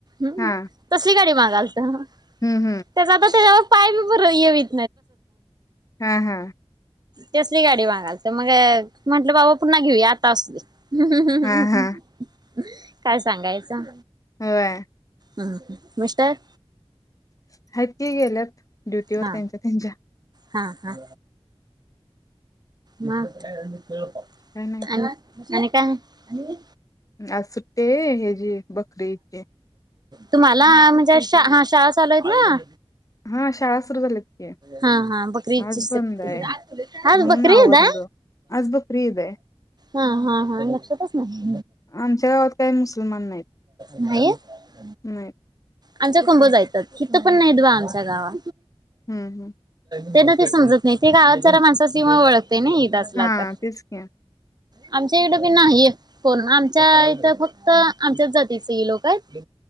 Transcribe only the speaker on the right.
हम
तसली गाडी माग चालत ह
त्याचा त त्याच्यावर पाय बी भरून येईल
तसली गाडी मागालत मग म्हटलं बाबा पुन्हा घेऊया आता असुदे हम्म, हम्म,
हम्म, हम्म
काय सांगायचं?
हम -मिस्टर
हा
हा हा म आणि
आणि काय आणि
तुम्हाला आ ज शा हा शाळा चालू आहेत ना,
हा हा बकरी ईद
ची सुट्टी
हा
बकरी
क्रीदा
हा हा हा लक्षातच नाही
नाही आहेत
आमच्या कुंभ जायतात इथं पण नाही द्वा आमच्या गावा
त्यांना ते समजत नाही ते गावात जरा माणसां सीवाओळख ते नाही दसला
तर
आमच्या इडं बी नाही कोण आमच्या इथं फक्त आमच्याच जातीचे हे लोक आहेत